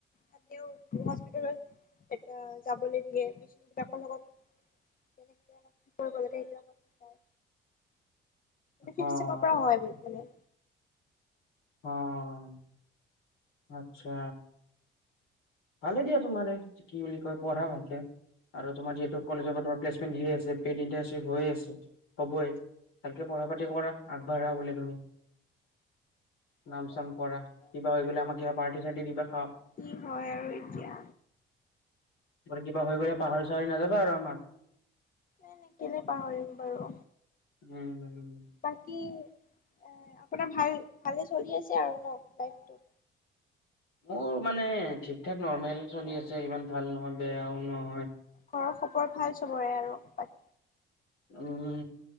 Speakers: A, on the left; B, on the left.
A: তাতেও হস্পিটেল যাবলৈ দিয়ে পেচণ্টবিলাকৰ লগত কেনেক আম কি কৰিব লাগে সেই শিকাই। ফিভ
B: অ'
A: চেমৰ পৰা হয় মানে।
B: অ' আচ্ছা। ভালে দিয়া তুমাৰে কি বুলি কয় পঢ়া ভালকে আৰু তোমাৰ যিহেতু কলেজৰ পৰাম্লেন্টে দিইয়ে আছে, প্ৰেদ ইণ্টাৰেষ্ট হৈ এ আছে হবই ভালকে পঢ়া পাতি কৰা আগবাঢ়া বুলে তুমি।
A: কৰি
B: নাম চাম
A: আছো
B: কৰা
A: আৰু এতিয়া
B: কিবা হৈ গলে আমাক কিবা পাৰ্টি-চাৰ্টি দিবা খাম।
A: কি হয় আৰু এতিয়া
B: ত কিবা হৈ গ পাহৰি চাহৰি নাযাবা আৰু। আমাক।
A: এ নে কেলে পাহৰিম বাৰু।
B: উম,
A: বাকী অহ আপোনাৰ ভাল ভালে চলি আছে আৰু ন লাইফটো?
B: মোৰ মানে ঠিক ঠাক। নৰ্মেল চলি
A: আৰু
B: আছে ইমান ভাল নহয়। বেয়াও ন
A: ঘৰৰ খবৰ ভাল চবৰে আৰু? বাকী
B: উম